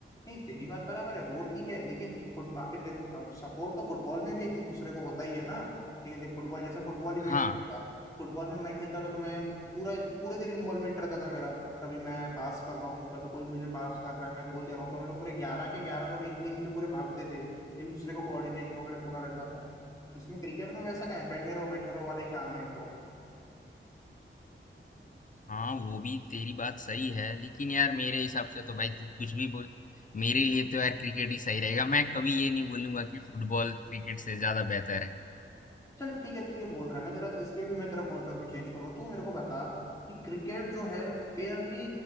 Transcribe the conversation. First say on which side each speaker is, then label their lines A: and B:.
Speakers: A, on the left (about 15°); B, on the left (about 40°).
A: नहीं तेरी बात बराबर है वो ठीक है लेकिन फुट- आखिर देख सपोर्ट तो फुटबॉल में भी एक दूसरे को होता ही है ना लेकिन देख फुटबॉल जैसे फुटबॉल ही मैं
B: हाँ
A: खेलता था फुटबॉल में मैं खेलता था तो मैं पूरा पूरे देर इन्वॉल्वमेंट रहता था मेरा कभी मैं पास कर रहा हूँ कभी कोई मुझे पास कर रहा है मैं गोल दे रहा हूँ तो हम लोग पूरे ग्यारह के ग्यारह लोग एक टीम पे पूरे भागते थे एक दूसरे को कोऑर्डिनेशन वगैरह पूरा रहता था इसमें क्रिकेट में वैसा क्या है बैठे रहो बैठे रहो वाले काम है तो
B: हाँ वो भी तेरी बात सही है लेकिन यार मेरे हिसाब से तो भाई तू कुछ भी बोल मेरे लिए तो यार क्रिकेट ही सही रहेगा मैं कभी ये नहीं बोलूंगा कि फुटबॉल क्रिकेट से ज्यादा बेहतर है
A: चल ठीक है तू ये बोल रहा है मैं तेरा इस पे भी मैं तेरा पॉइंट ऑफ व्यू चेंज करूंगा तू मेरे को बता कि क्रिकेट जो है बेयरली